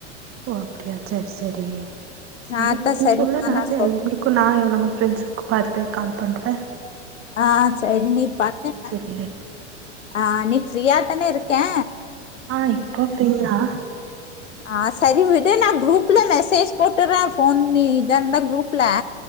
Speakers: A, on the right; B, on the left.
A: ஓ அப்டியா சேர் சேரி செரி
B: நா அதா
A: நீ
B: சரிமா
A: சொல்லு நான்
B: நா
A: தெ
B: சொல்
A: இவங்களுக்கும் நான் இவ நம்ம ஃப்ரெண்ட்ஸக்கும் பாதி பேர்க்கு கால் பண்றேன்
B: ஆ சரி நீ பண்ணுங்க
A: சொல்லிரு
B: ஆ நீ ஃப்ரீயா தானே இருக்க
A: ஆ இப்போ ஃப்ரீ தா
B: ஆ சரி விடு நா குரூப்ல மெசேஜ் போட்டுற போன் நீ இதருந்த குரூப்ல